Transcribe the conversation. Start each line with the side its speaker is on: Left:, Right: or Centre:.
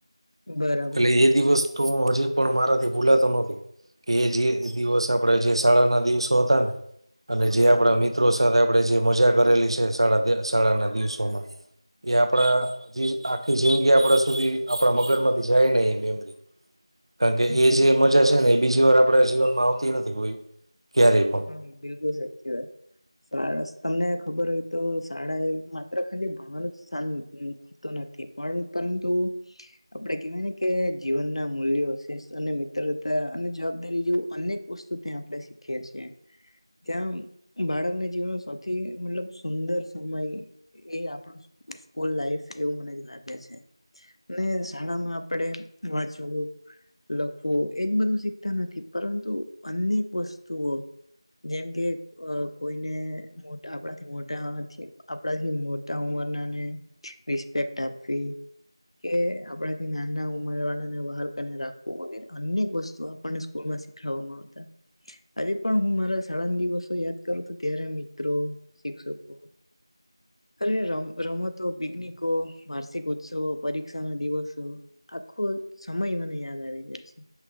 Left: બરાબર
Right: એટલે એ દિવસ તો હજી પણ મારાથી ભૂલાતો નથી કે એ જે દિવસ આપણેે જે શાળા ના દિવસો હતા ને અને જે
Left: હા
Right: આપડા મી મિત્રો સાથે આપડે જે મજા કરેલી છે શાળાના દિવસોમાં એ આપણાજી આખી જિંદગી આપડા સુધી આપણા મગજ માંથી જાય નહી એ મેમરી <inaudible> કારણ કે એ
Left: બિલ
Right: જે મજા છે ને એ બીજી વાર આપણા જીવનમાં આવતી નથી કો ક્યારેય પણ
Left: હા બિલકુલ સાચી વાત શારસ તમને ખબર હોય તો શાળા એ માત્ર ખાલી ભણવાનું જ સ્થાન નથી પણ પરંતુ આપડે કેવાયને કે જીવન ના મૂલ્યો શેસ અને મિત્રતા અને જવાબદારી જેવું અનેક વસ્તુ ત્યાં આપણે શીખીએ છીએ ત્યાં બાળકને જીવન સૌથી મતલબ સુંદર સમય એ આપણ સ્કૂલ લાઈફ એવું મને જ લાગે છે. ને શાળામાં આપડે વાંચવું લખવું એજ બધું શીખતા નથી પરંતુ અનેક વસ્તુઓ જેમ કે કોઈને મોટા આપણાથી મોટા આપણાથી મો ટા ઉમરનાને રિસ્પેક્ટ આપવી કે આપડાથી નાના ઉમર વાળા ને વહાલ કરીને રાખવું વગેરે અનેક વસ્તુ આપણને સ્કૂલ માં શીખ ખવામાં આવતા આજે પણ હું મારા શાળાના દિવસો યાદ કરું તો ત્યારે મિત્રો, શિક્ષકો, અરે રમ રમતો, પિકનિકો, વાર્ષિક ઉત્સવો, પરીક્ષા, ના દિવસો આખો સમય મને યાદ આવી જાય છે,